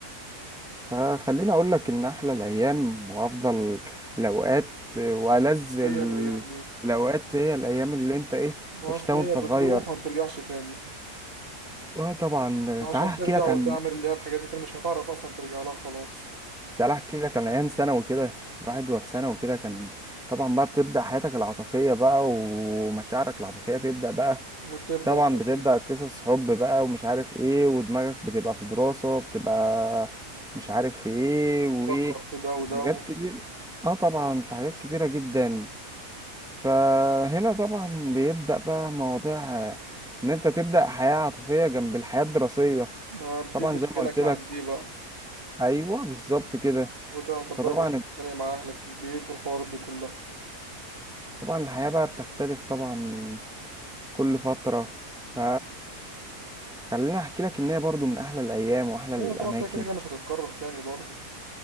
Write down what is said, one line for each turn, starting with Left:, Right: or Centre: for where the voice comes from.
Centre: فخليني اقول لك ان احلى الايام وافضل الاوقات آه، والذ ال-
Right: هي الأيام دي
Centre: الاوقات هي الايام اللي انت ايه
Right: أصل
Centre: عشتها وانت
Right: هي بتروح
Centre: صغير
Right: وما بترجعش تاني
Centre: اه طبعا
Right: عشان
Centre: تعال احكي
Right: ترجع
Centre: لك
Right: وتعمل
Centre: عن
Right: اللي هي الحاجات دي تاني مش هتعرف أصلا ترجع لها خلاص
Centre: ده لا احكي لك عن ايام ثانوي كده الواحد وهو في ثانوي كده كان طبعا بقى بتبدا حياتك العاطفيه بقى ومشاعرك العاطفيه تبدا بقى
Right: وتبدأ
Centre: طبعا
Right: بقى
Centre: بتبدا
Right: فيه
Centre: قصص حب بقى ومش عارف ايه ودماغك بتبقى في دراسه بتبقى مش عارف في ايه وايه
Right: تفكر في ده وده
Centre: حاجات
Right: و...
Centre: كتير اه طبعا في حاجات كتيره جدا فهنا طبعا بيبدا بقى مواضيع ان انت تبدا حياه عاطفيه جنب الحياه الدراسيه
Right: ما بديت
Centre: طبعا
Right: تشغلك
Centre: زي ما قلت لك
Right: عن دي بقى
Centre: ايوه بالظبط كده
Right: وتعطل
Centre: فطبعا
Right: بقى وتروح تتخانق مع أهلك في البيت والحوارات دي كلها
Centre: طبعا الحياة بقى بتختلف طبعا كل فترة ف خليني احكي لك ان هي برضو من احلى الايام واحلى الاماكن
Right: أيوة طبعا أصل هي كده كده مش هتتكرر تاني برضه